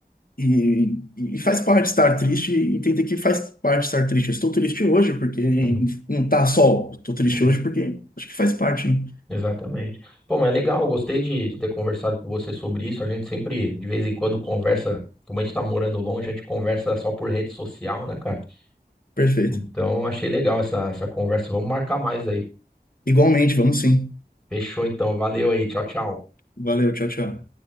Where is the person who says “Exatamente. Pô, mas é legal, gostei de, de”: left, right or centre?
Centre